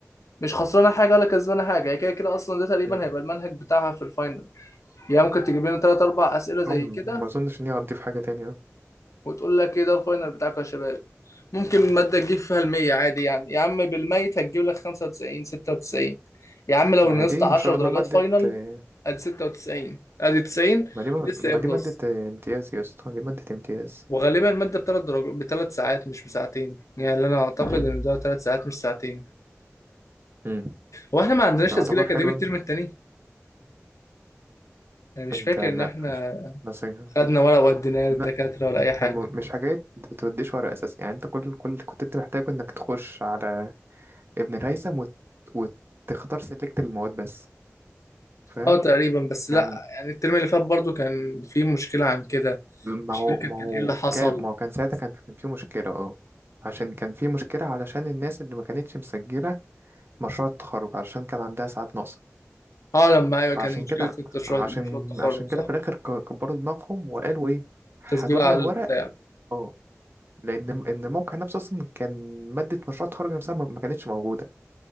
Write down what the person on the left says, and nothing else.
مش خسرانه حاجه ولا كسبانه حاجه هي كده كده اصلا ده تقريبا
هيبقى المنهج بتاعها في الفاينل يعني ممكن تجيب لنا ثلاث اربع اسئله زي
كده
وتقول لك ايه ده الفاينل بتاعكم يا شباب ممكن الماده تجيب فيها المية عادي يعني يا عم بالميت هتجيب لك 95 96 يا عم لو
نقصت
10
درجات
فاينل
ادي 96 ادي 90
لسه ايه
بلس
وغالبا الماده بثلاث درجات بثلاث ساعات مش بساعتين يعني انا اعتقد
ان ده ثلاث ساعات مش ساعتين
هو احنا ما عندناش
تسجيل اكاديمي
الترم التاني انا مش
فاكر
ان احنا
خدنا ورق وديناه للدكاتره
ولا اي
حاجه
اه تقريبا بس لا
يعني الترم اللي فات برضو كان في مشكله عن كده
مش
فاكر
كان
ايه اللي حصل
اه لما ايوه
كان مشكله
التشريع
مشروع التخرج
صح
تسجيل
على
البتاع